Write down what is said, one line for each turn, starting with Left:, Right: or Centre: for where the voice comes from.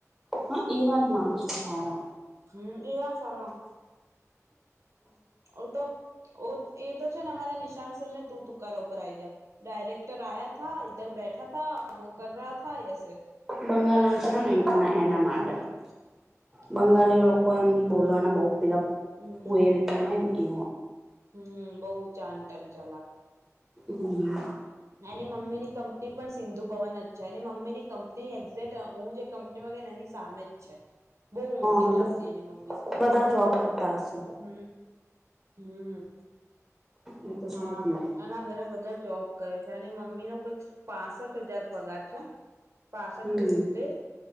Centre: હા એવા જ માનું છો સારા
Right: હમ એવા સારા ઓ તો ઓ એ તો છે ને અમારા નિશાાન સરન ને તું તુકારા ઉપર આઈ ગયા ડાયરેક્ટર આયા થ ધર બેઠા થા હન વો કર રહા થા એસે.
Centre: બંગાલન છે ને એટ એના
Right: હમ
Centre: માટે બંગાલીઓ
Right: તો
Centre: લોકો બોલવાના બઉ પેલા
Right: હમ
Centre: ફોઈડ કેવાય ને એ
Right: હમ બઉ ચાન તન ચાલા
Centre: હમ
Right: એની મમ્મીની કંપની પણ સિંધુ ભવન છે. એની મમ્મીની કંપની એક્ઝેક્ટ હું જે કંપની મા ગઈ એની સામે જ છે. બઉ મોટી
Centre: હ એટલે
Right: કંપની એની મમ્મીની તો
Centre: બધા જોબ કરતા હશે
Right: હમ હમ
Centre: એ તો છે
Right: હા,
Centre: જ ને
Right: એના ઘરે બધા જોબ કરે છે. એની મમ્મીનો કઈક પાસઠ હજાર પગાર છે. પાસઠ
Centre: હમ
Right: કે સિત્તેર